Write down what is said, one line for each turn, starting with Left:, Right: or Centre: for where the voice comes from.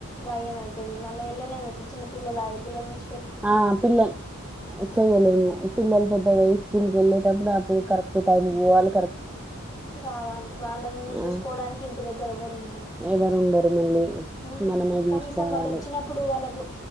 Left: భయం అయితది మళ్ళ ఎళ్ళలేమ్ ఇప్పుడు చిన్న పిల్లలు అయి పిల్లల్ని ఇశ్
Centre: ఆ పిల్లలు చెయలేము పిల్లలు పెద్దగయి స్కూల్ కెళ్ళ్ తెప్పుడాపు కరేక్ట్ టైం కి పోవాలె కర
Left: రావాలి వాళ్ళని జుస్కోవడానికి
Centre: ఆ
Left: ఇంటి దగ్గర ఎవ్వరు ఉండరు.
Centre: ఎవరు ఉండరు మళ్ళీ
Left: ఉహ్
Centre: మనమే చూసుకోవాలి
Left: కనీసం వాళ్ళు వచ్చినప్పుడు వాళ్ళకు